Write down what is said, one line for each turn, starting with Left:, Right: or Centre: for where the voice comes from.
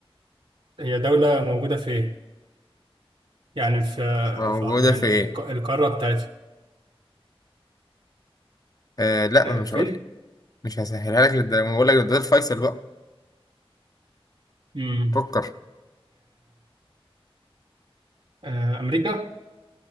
Right: هي دولة موجودة فين؟ يعني في,
Left: موجودة
Right: في يعني
Left: في
Right: في
Left: ايه
Right: الق- القارة بتاعتها
Left: آه لا
Right: آه،
Left: ما انا مش
Right: فين؟
Left: هقول مش هسهلها لك للدرجة ما بقول لك ده الفيصل بقى
Right: امم
Left: فكر
Right: آه، أمريكا؟